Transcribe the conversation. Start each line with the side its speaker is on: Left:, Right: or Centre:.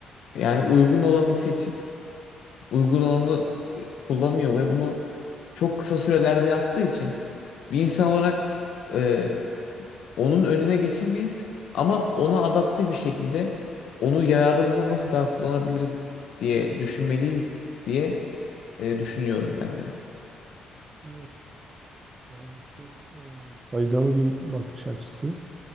Left: yani uygun olanı seçip uygun olanı e, kullanıyor ve bunu çok kısa sürelerde yaptığı için bir insan olarak e, onun önüne geçemeyiz ama ona adapte bir şekilde onu yararımıza nasıl daha kullanabiliriz diye düşünmeliyiz diye e, düşünüyorum ben de.
Right: Evet. Yani çok e, Faydalı bir bakış açısı.